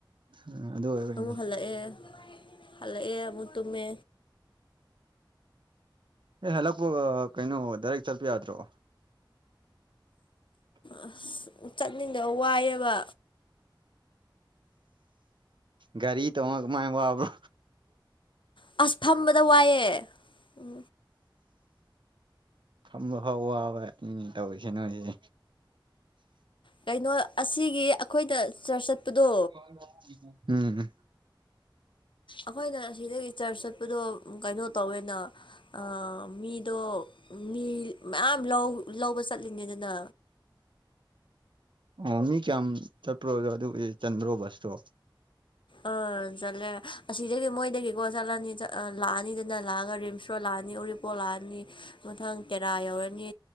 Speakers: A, on the right (about 70°); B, on the left (about 75°).
A: ꯎꯝ ꯑꯗꯨ ꯑꯣꯏꯕꯩꯅꯤ
B: ꯑꯃꯨꯛ ꯍꯜꯂꯛꯑꯦ ꯍꯜꯂꯛꯑꯦ ꯑꯃꯨꯛ ꯇꯨꯝꯃꯦ
A: ꯍꯦꯛ ꯍꯜꯂꯛꯄꯒ ꯀꯩꯅꯣ ꯗꯥꯏꯔꯦꯛ ꯆꯠꯄ ꯌꯥꯗ꯭ꯔꯣ
B: ꯑꯁ ꯆꯠꯅꯤꯡꯗ ꯋꯥꯏꯑꯕ
A: ꯒꯥꯔꯤ ꯇꯣꯡꯉ ꯀꯃꯥꯏ ꯋꯥꯕ꯭ꯔꯣ
B: ꯑꯁ ꯐꯝꯕꯗ ꯋꯥꯏꯑꯦ ꯎꯝ
A: ꯐꯝꯕ ꯐꯥꯎ ꯋꯥꯕꯅꯤꯅꯦ ꯇꯧꯔꯤꯁꯦ ꯅꯣꯏꯁꯦ
B: ꯀꯩꯅꯣ ꯑꯁꯤꯒꯤ ꯑꯈꯣꯏꯗ ꯆꯔꯆ ꯆꯠꯄꯗꯣ
A: <unintelligible> ꯎꯝ
B: ꯑꯈꯣꯏꯅ ꯑꯁꯤꯗꯒꯤ ꯆꯔꯁ ꯆꯠꯄꯗꯣ ꯀꯩꯅꯣ ꯇꯧꯋꯦꯅ ꯑ ꯃꯤꯗꯣ ꯃꯤ ꯃꯌꯥꯝ ꯂꯧ ꯂꯧꯕ ꯆꯠꯂꯤꯅꯤꯗꯅ
A: ꯑ ꯃꯤ ꯀꯌꯥꯝ ꯆꯠꯄ꯭ꯔꯣ ꯑꯗꯨ ꯆꯟꯕ꯭ꯔꯣ ꯕꯁ ꯇꯣ
B: ꯑꯥ ꯆꯠꯂꯦ ꯑꯁꯤꯗꯒꯤ ꯃꯣꯏꯗꯒꯤꯀꯣ ꯆꯠꯂꯅꯤ ꯆꯠ ꯑꯥ ꯂꯥꯛꯑꯅꯤꯗꯅ ꯂꯥꯛꯑꯒ ꯔꯤꯝꯁ ꯔꯣꯠ ꯂꯥꯛꯑꯅꯤ ꯎꯔꯤ ꯄꯣꯛ ꯂꯥꯛꯑꯅꯤ ꯃꯊꯪ ꯇꯦꯔꯥ ꯌꯧꯔꯅꯤ